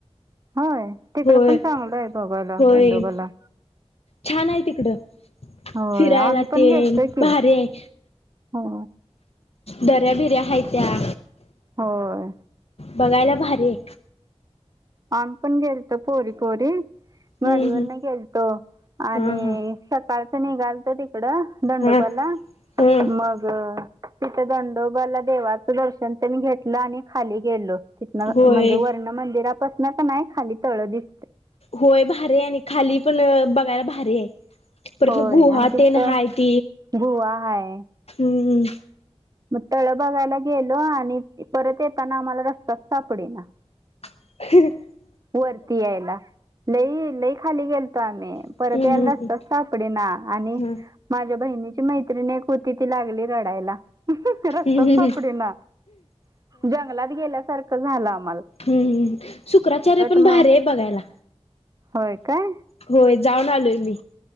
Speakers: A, on the right; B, on the left.
A: होय तिकड
B: होय
A: पण चांगलं आहे. बघायला
B: होय
A: दंडोबाला
B: छान आहे तिकडं
A: होय
B: फिरायला
A: आम्ही पण
B: ते
A: गेलतो की
B: भारी आहे.
A: हो.
B: दर्‍या बिऱ्या आहेत.
A: होय.
B: बघायला भारी आहे.
A: आम्हीपण गेलतो. पोरी पोरी गाडीवरन
B: हम्म हम्म
A: गेलतो.... आणि
B: हा हा
A: सकाळच निघालो.. एकडं दंडोबाला.....
B: हा हम्म
A: मग तिथं दंडोबाला देवाचं दर्शन त्यांनी घेतलं आणि खाली गेलो. तिथन
B: होय
A: म्हणजे वर्ण मंदिरापासन ना खाली तळ दिस...
B: होय भारी आहे. आणि खाली पण बघायला भारी आहे. परत
A: होय
B: गुहा
A: आणि तिथं
B: तेन आहेत.
A: गुहा हाय
B: हं....
A: मग तळ बघायला गेलो आणि... परत येताना आम्हाला रस्ता सापडेना.
B: ह् <unintelligible> <inaudible>
A: वरती यायला लय लय खाली गेलतो आम्ही
B: हम्म
A: परत यायला
B: हम्म
A: रस्ताच सापडेना आणि....
B: हा
A: माझ्या बहिणी मैत्रिणी होती ती लागली रडायला. रस्ताच
B: हम्म हम्म
A: सापडेना जंगलात गेल्यासारखं झाला आम्हा....
B: हं शुक्राचार्य पण
A: मग
B: भर आहे बघायला.
A: होय.. काय?
B: होय जाऊन आलोय मी......